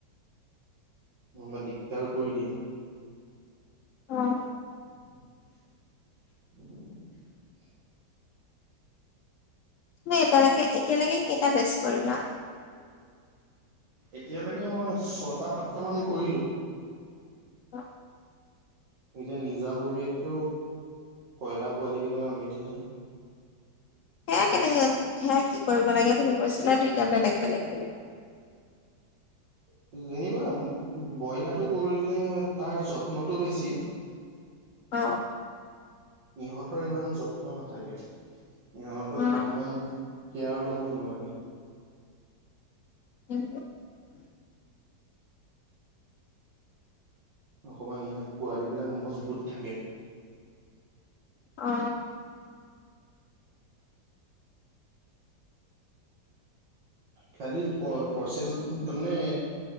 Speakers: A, on the right; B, on the left.
A: নহ'বা দিগদাৰ কৰি দিয়ে
B: অ
A: <unintelligible>
B: তুমি এতিয়ালৈকে এতিয়ালৈকে কেইটা বেছ কৰিলা
A: এতিয়ালৈকে মই ছটা সাতট মান কৰিলো
B: অ
A: এতিয়া নিজাববীয়াকেও কয়লা পোৱালি কেইটা মান আনি থৈছো
B: সেয়া কেনেকে সেয়া কি কৰিব লাগে তে কৈছিলে আৰু দুইটা বেলেগ বেলেগ বেলেগ
A: <unintelligible> যেনিবা ব্ৰইলাৰটো কৰিলে তাৰ যত্নটো বেছি
B: অ।
A: ইহঁতৰ ইমান যত্ন নাথাকে। ইহঁতক
B: অ',
A: ইমান কেয়াৰ ল'ব নালাগে।
B: কি <unintelligible>
A: অকমান ইহঁত পোৱালী বিলাক মজবুত থাকে।
B: অ।
A: খালি প-প্ৰচেছ তাৰমানে,